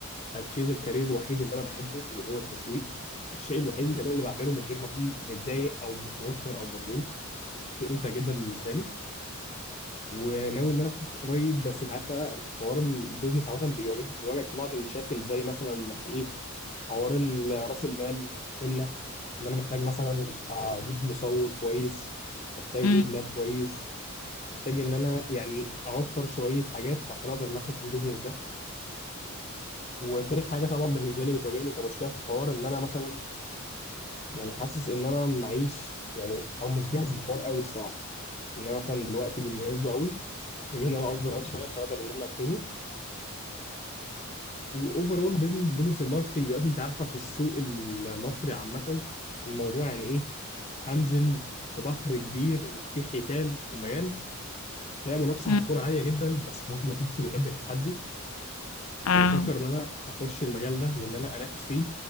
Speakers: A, on the left (about 30°); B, on the left (about 85°).
A: أتشيز الكارير الوحيد اللي أنا بحبه وهو التسويق الشيء الوحيد اللي كمان اللي بعمله من غير ما أكون متضايق أو متوتر أو مضغوط شيء ممتع جدا بالنسبة لي وناوي ان انا افتح قريب بس انت عارفه الحوار البيزنس عامه بيواجه بيواجهك في بعض المشاكل زي مثلا انك ايه حوار ال- راس المال سنه ان انا محتاج مثلا اجيب مصور كويس محتاج
B: مم.
A: اجيب لاب كويس محتاج ان انا يعني اوفر شويه حاجات عشان اقدر انافس في البيزنس ده وتاني حاجه طبعا بالنسبه لي بتواجهني كمشكله في الحوار ان انا مثلا يعني حاسس ان انا معيش يعني او مش جاهز للحوار قوي الصراحه ان انا مثلا دلوقتي مش جاهز له قوي محتاجين ان انا اصبر عليه شويه عشان اقدر ان انا انفذه واوفرول بزنس الماركتنج دلوقتي انت عارفه في السوق المصري عامه الموضوع يعني ايه هنزل في بحر كبير في حيتان في المجال هي منافسه
B: مم.
A: هتكون عاليه جدا بس بصراحه انا شخص بيحب التحدي
B: اه
A: وبفكر ان انا اخش المجال ده وان انا انافس فيه